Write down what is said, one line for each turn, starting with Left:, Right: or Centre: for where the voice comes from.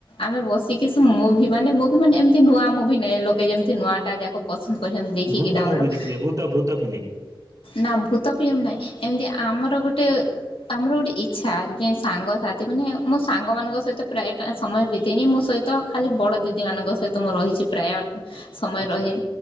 Left: ଆମେ ବସିକି ମୁଁ ମାନେ ମୁଁ ବି ମାନେ ଏମତି ନୂଆ ମୁଭି ନହିଁ ଲୋକେ ଯେମିତି ନୂଆ ଟା ଯାକ ପସନ୍ଦ କରଛନ୍ତି ଦେଖିକି
Right: ଭୂତ
Left: ଡାଉନଲୋଡ଼
Right: ମୁଭି ଦେଖିବେ ଭୂତ ଭୂତ ଫିଲ୍ମ।
Left: ନା ଭୂତକଲିମ ନହିଁ ଏମିତି ଆମର ଗୋଟେ ଆମର ଗୋଟେ ଇଚ୍ଛା ଯେ ସାଙ୍ଗସାଥି ମାନେ ମୋ ସାଙ୍ଗ ମାନଙ୍କ ସହିତ ପ୍ରାୟ ସମୟ ବିତେଇନି ମୋ ସହିତ ତ ଖାଲି ବଡ ଦିଦି ମାନଙ୍କ ସହିତ ମୁଁ ରହିଛି ପ୍ରାୟ ସମୟ
Right: ଆଚ୍ଛା।
Left: ରହେ।